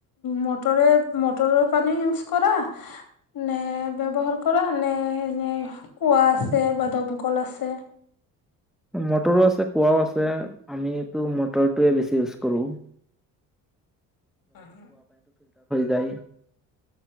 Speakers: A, on the left; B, in the centre.
A: মটৰে মটৰৰ পানী ইউজ কৰা নে ব্যৱহাৰ কৰা নে এ নে কুঁৱা আছে বা দমকল আছে
B: মটৰো আছে কুঁৱাও আছে আমিতো মটৰটোৱে বেছি ইউজ কৰোঁ
A: আহ
B: যায়